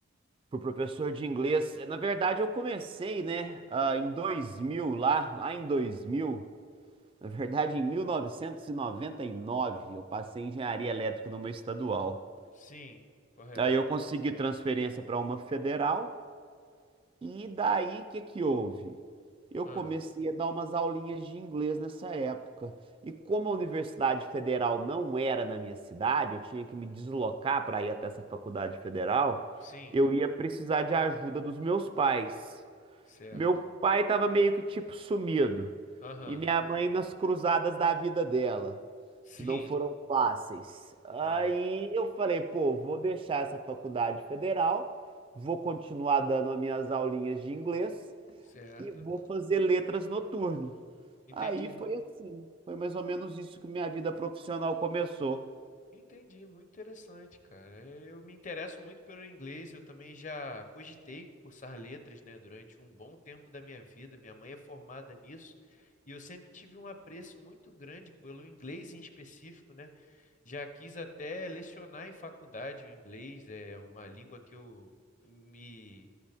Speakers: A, on the right (about 25°); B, on the left (about 40°).
A: fui professor de inglês. Na verdade, eu comecei, né, ah, em 2000, lá, lá em 2000. Na verdade, em mil novecentos e e noventa e nove, eu passei em engenharia elétrica numa estadual.
B: Sim, correto.
A: Aí eu consegui transferência para uma federal. E daí, o que que houve? Eu
B: Ah,
A: comecei a dar umas aulinhas de inglês nessa época. E como a Universidade Federal não era na minha cidade, eu tinha que me deslocar para ir até essa faculdade federal,
B: sim,
A: eu ia precisar de ajuda dos meus pais.
B: certo.
A: Meu pai estava meio que tipo sumido,
B: Aham,
A: e minha mãe nas cruzadas da vida dela
B: sim,
A: que não foram fáceis. Aí
B: é,
A: eu falei, pô, vou deixar essa faculdade federal, vou continuar dando as minhas aulinhas de inglês
B: certo.
A: e vou fazer letras noturno.
B: Entendi.
A: Aí foi assim, foi mais ou menos isso que minha vida profissional começou.
B: Entendi, muito interessante, cara. É, Eu me interesso muito pelo inglês, eu também já cogitei cursar letras, né, durante um bom tempo da minha vida. Minha mãe é formada nisso, e eu sempre tive um apreço muito grande pelo inglês em específico, né? Já quis até lecionar em faculdade o inglês, é uma língua que eu me